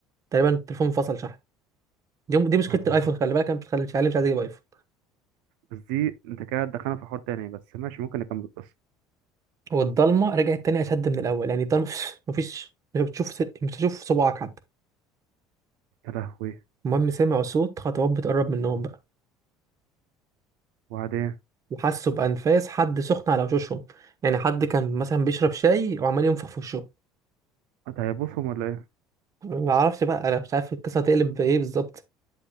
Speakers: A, on the right; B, on the right.
A: تقريبا التليفون فصل شحن دي دي مشكله
B: اه
A: الايفون خلي بالك انا بتخلي مش عارف مش عايز اجيب ايفون
B: بس دي انت كده دخلنا في حوار تاني بس ماشي ممكن نكمل القصة
A: والضلمه رجعت تاني اشد من الاول يعني الضلمه مفيش مفيش مش بتشوف س- مش هتشوف صباعك حتى
B: يا لهوي
A: المهم سمعوا صوت خطوات بتقرب منهم بقى
B: وبعدين
A: وحسوا بانفاس حد سخن على وشوشهم يعني حد كان مثلا بيشرب شاي وعمال ينفخ في وشه
B: انت هيبصهم ولا ايه؟
A: ما اعرفش بقى انا مش عارف القصه هتقلب بايه بالظبط